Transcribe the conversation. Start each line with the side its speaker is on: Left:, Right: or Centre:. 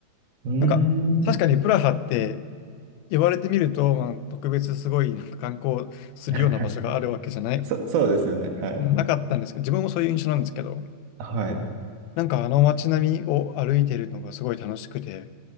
Right: うーん。
Left: なんか、確かにプラハって、言われてみると、まあ、特別すごいなんか観光するような場所があるわけじゃない、
Right: <laughs> そ、そうですよね。はい。
Left: なかったんですけど、自分もそういう印象なんですけど、
Right: はい。
Left: なんかあの街並みを歩いてるのがすごい楽しくて、